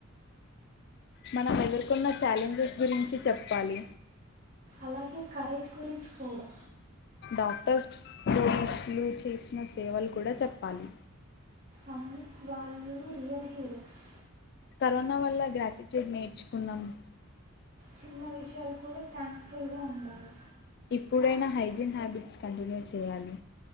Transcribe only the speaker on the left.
మనం ఎదుర్కొన్న ఛాలెంజెస్ గురించి చెప్పాలి
డాక్టర్స్ పోలీస్లు చేసిన సేవలు కూడా చెప్పాలి
కరోనా వల్ల గ్రాటిట్యూడ్ నేర్చుకున్నాము
ఇప్పుడైనా హైజీన్ హ్యాబిట్స్ కంటిన్యూ చేయాలి